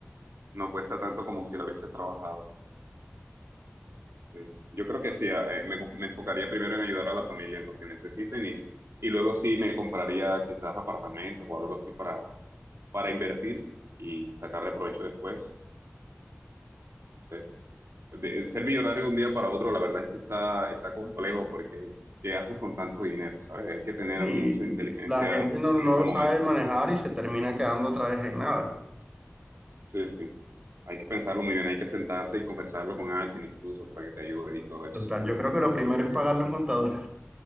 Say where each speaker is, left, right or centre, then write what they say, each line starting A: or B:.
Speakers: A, on the right (about 70°); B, on the right (about 20°).
A: no cuesta tanto como si lo hubieses trabajado. Sí, yo creo que sí, ah, eh, me, me enfocaría primero en ayudar a la familia en lo que necesiten y, y luego sí me compraría quizás apartamentos o algo así para. para invertir y sacarle provecho después. No sé, De- ser millonario de un día para otro, la verdad es que está, está complejo porque ¿qué haces con tanto dinero? ¿Sabes? Hay que tener
B: ¿no? Y
A: mucha inteligencia
B: la gente no, no
A: en ese
B: lo
A: momento.
B: sabe manejar y se termina quedando otra vez en nada.
A: Sí, sí. Hay que pensarlo muy bien, hay que sentarse y conversarlo con alguien incluso para que te ayude y todo eso.
B: Total, yo creo que lo
A: Entonces
B: primero
A: creo
B: es
A: que
B: pagarle a un contador.